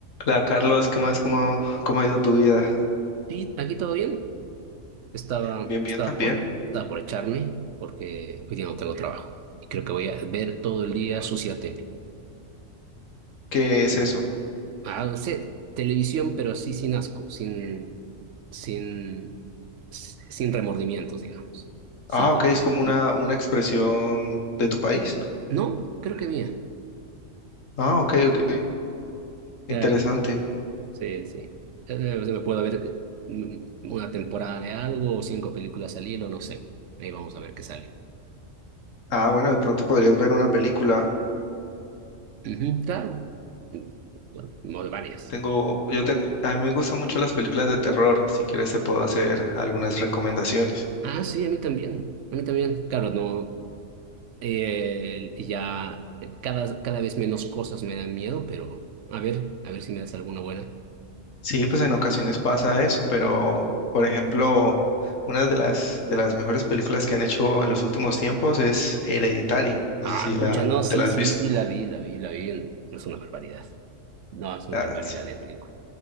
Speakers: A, on the left (about 70°); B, on the right (about 70°).
A: Hola Carlos, ¿qué más? ¿Cómo, cómo ha ido tu vida?
B: Sí, aquí todo bien. Estaba,
A: Bien, bien
B: estaba
A: también.
B: por, estaba por echarme porque hoy día no tengo trabajo. Y creo que voy a ver todo el día sucia tele.
A: ¿Qué es eso?
B: Ah, no sé, televisión, pero así sin asco, sin, sin, sin remordimientos, digamos. Sin
A: Ah,
B: cosas.
A: ok, es como una, una expresión de tu país.
B: No, creo que mía.
A: Ah, ok, ok,
B: Claro,
A: interesante.
B: sí, sí. Eh, o sea, me puedo ver mm, una temporada de algo o cinco películas al hilo, no sé. Ahí vamos a ver qué sale.
A: Ah, bueno, de pronto podrías ver una película.
B: Ujú, claro. Mm, Bueno, no, de varias.
A: Tengo, yo tengo, a mí me gustan mucho las películas de terror. Si quieres te puedo hacer algunas recomendaciones.
B: Ah, sí, a mí también, a mí también. Claro, no, eh, ya eh, cada, cada vez menos cosas me dan miedo, pero a ver, a ver si me das alguna buena.
A: Sí, pues en ocasiones pasa eso, pero por ejemplo, una de las de las mejores películas que han hecho en los últimos tiempos es Hereditary. No
B: Ah,
A: sé si la
B: pucha, no, sí,
A: te la has
B: sí,
A: visto.
B: sí, la vi, la vi, la vi. No es una barbaridad. No, es una
A: Ah,
B: barbaridad
A: sí.
B: de película.